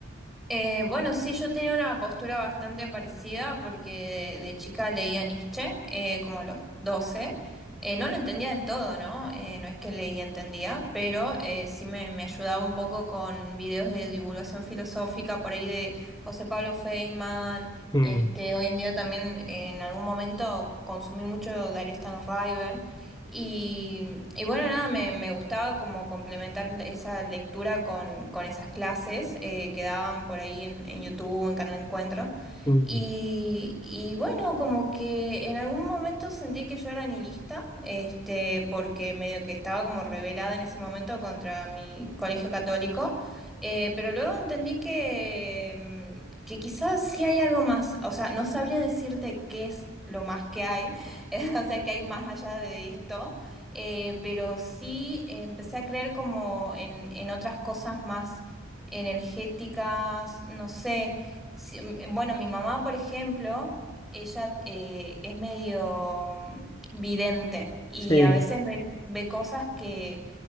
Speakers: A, in the centre; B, on the left.
A: Eh, bueno, sí, yo tenía una postura bastante parecida porque de, de chica leía Nietzsche, eh, como a los doce, Eh, no lo entendía del todo, ¿no? Eh, no es que leía, entendía, pero eh, sí me, me ayudaba un poco con videos de divulgación filosófica por ahí de José Pablo Feynman.
B: Mm,
A: Este, hoy en día también eh, en algún momento consumí mucho Darío Stanraiver. Y, y bueno, nada, me, me gustaba como complementar esa lectura con, con esas clases eh, que daban por ahí en, en YouTube, en Canal Encuentro.
B: mm,
A: Y, y bueno, como que en algún momento sentí que yo era nihilista, este, porque medio que estaba como rebelada en ese momento contra mi colegio católico. Eh, pero luego entendí que, mm, que quizás sí hay algo más, o sea, no sabría decirte qué es lo más que hay <laughs> o sea que hay más allá de esto, eh, pero sí eh, empecé a creer como en, en otras cosas más energéticas, no sé, si- m- eh, bueno, mi mamá, por ejemplo, ella eh, es medio mm, vidente y
B: sí.
A: a veces ve, ve cosas que